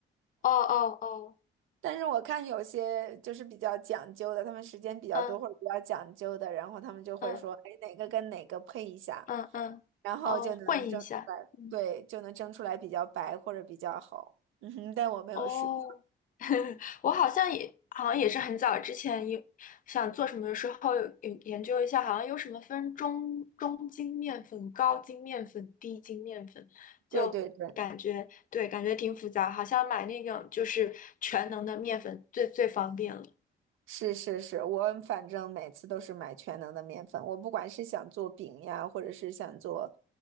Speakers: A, on the left; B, on the right.
A: 哦哦哦，
B: 但是我看有些就是比较讲究的，他们时间比较多或者比较讲究的，
A: 嗯
B: 然后他们就会说，
A: 嗯
B: 哎，哪个跟哪个配一下，
A: 嗯嗯，
B: 然后就能蒸出来，
A: 哦，混一下。嗯
B: 对，就能蒸出来比较白或者比较好。嗯哼，但我没有试过。
A: 哦，<laughs> 我好像也好像也是很早之前有想做什么的时候有有研究一下，好像有什么分中中筋面粉、高筋面粉、低筋面粉，
B: 对对对，
A: 就感觉对，感觉挺复杂，好像买那种就是全能的面粉最最方便了。
B: 是是是，我反正每次都是买全能的面粉，我不管是想做饼呀，或者是想做